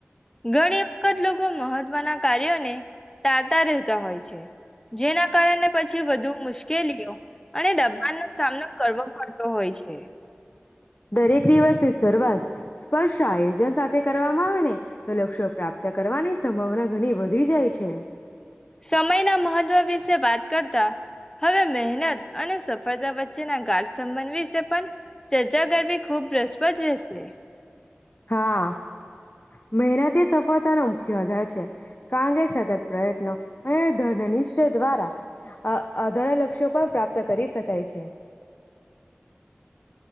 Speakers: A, on the left; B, on the left.
A: ઘણી વખત લોકો મહત્વના કાર્યોને તાતા રહેતા હોય છે. જેના કારણે. પછી વધુ. મુશ્કેલીઓ અને દબાણ નો સામનો કરવો પડતો હોય છે.
B: દરેક, દિવસને સર્વાસ સ્પર્શ આયોજન સાથે કરવામાં <inaudible> તો, લક્ષ્યો પ્રાપ્ત કરવાની સંભાવના ઘણી વધી જાય છે.
A: સમયના મહત્વ વિશે વાત કરતા હવે, મહેનત અને સફળતા વચ્ચેના ગાઢ સંબંધ વિશે પણ ચર્ચા કરવી ખૂબ રસપદ રહેશે.
B: <inaudible> હા મહેનતે સફળતાનો મુખ્ય આધાર કારંગે સતત પ્રયત્નો અને ધનશ્ય દ્વારાધરલક્ષ્યો પણ પ્રાપ્ત કરી શકાય છે